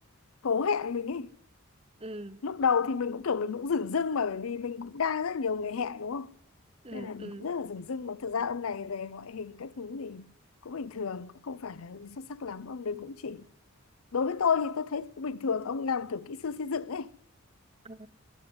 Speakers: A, on the left; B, on the right.
A: cố hẹn mình ấy
B: ừ
A: lúc đầu thì mình cũng kiểu mình cũng dửng dưng mà bởi vì mình cũng đang rất nhiều người hẹn đúng không
B: ừ
A: nên là mình
B: ừ
A: cũng rất là dửng dưng mà thực ra ông này về ngoại hình các thứ thì cũng bình thường cũng không phải là xuất sắc lắm ông đấy cũng chỉ đối với tôi thì tôi thấy cũng bình thường ông làm kiểu kỹ sư xây dựng ấy
B: Ờ,